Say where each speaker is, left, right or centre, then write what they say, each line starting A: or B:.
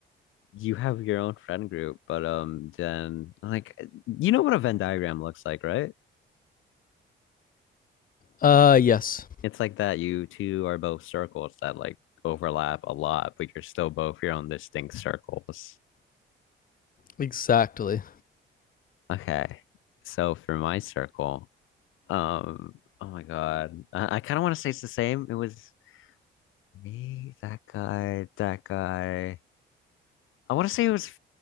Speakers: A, on the left (about 85°); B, on the left (about 45°).
A: you have your own friend group, but um, then like you know what a Venn diagram looks like, right?
B: Uh, yes,
A: It's like that. You two are both circles that like overlap a lot, but you're still both your own distinct circles.
B: exactly.
A: Okay, so for my circle, um, oh my God, I, I kind of want to say it's the same. It was me, that guy, that guy. I want to say it was